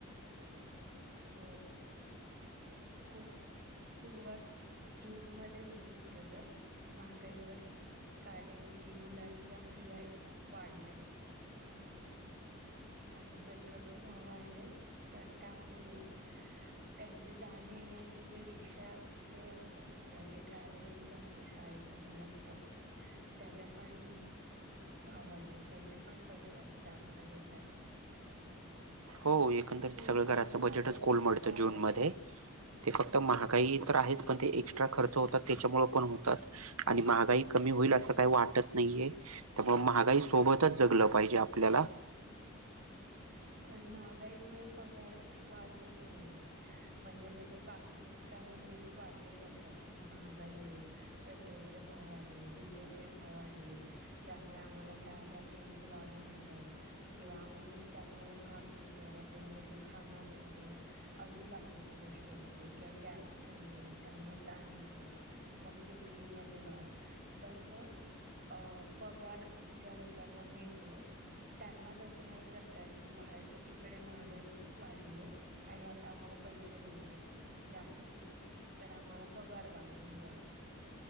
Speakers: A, on the right; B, on the right.
A: हो, खूपं सुरुवात जूनमध्ये होते खरं तरं महागाईवर. कारण की मुलांच्या फिया खूप वाढल्या आहेत. आणि पेट्रोलचे भाव वाढले तर त्यामुळे, त्यांचे जाणी येण्याचे जे रिक्षाचे असतात किंवा जे ट्रॅव्हलिंग असतं शाळे- मुलांच त्याच पण. भाव वाढले त्याचे पण पैसे आता जास्त घेतात.
B: हो एकंदरीत
A: तोचा
B: सगळं घराचं
A: महागाईचा
B: बजेटच कोलमडतं
A: काय
B: जून
A: आणि
B: मध्ये ते फक्त
A: हा
B: महागई. तर आहेच पण ते एक्स्ट्रा खर्च होतात त्याच्यामुळे पण होतात. आणि महागाई कमी होईल असं काही वाटत नाहीये त्यामुळे महागाई सोबतच जगलं पाहिजे आपल्याला.
A: <inaudible> पण महागाईमुळे पगार वाढ होत नाहीये म्हणजे जसे बाकी ठिका- रेट वाढले जातात की महागाई आहे पेट्रोलचे भाव वाढले डिझेलचे भाव, वाढलेत त्यामुळे आम्हाला ह ह्या किंमती वाढून हव्यात किंवा आम्ही, त्यामुळे महाग देतो हॉटेल मधलं खाणं असू दे अजून बाकीच्या गोष्टी असू दे. गॅस नाही त्यामुळे ताण येतोय मग किमतीमध्ये वाढ तसं. अ पगार ज्या लोकांना मिळतो त्यांना तसं नाही कर- बाहेर सगळीकडे महागाई वाढली आहे आणि आता आम्हांला पैसे द्यायचेत. जास्तीचे तर आम्हाला पागार वाढवून द्या.